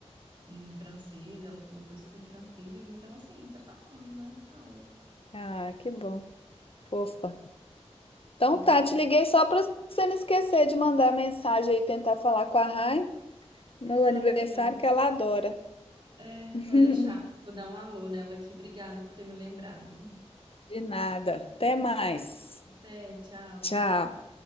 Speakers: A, on the right (about 45°); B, on the left (about 55°).
A: em francês. Ela falou que foi super tranquilo. Então, assim, tá falando, né? Fala.
B: Ah, que bom, fofa. Então
A: Ela-
B: tá, te liguei só para você não esquecer de mandar mensagem aí, tentar falar com a Rai no
A: Vou falar
B: aniversário
A: com ela.
B: que ela adora.
A: É,
B: <laughs>
A: pode deixar. Vou dar um alô nela aqui. Obrigada por ter me lembrado.
B: De nada. Até mais.
A: Até, tchau.
B: Tchau.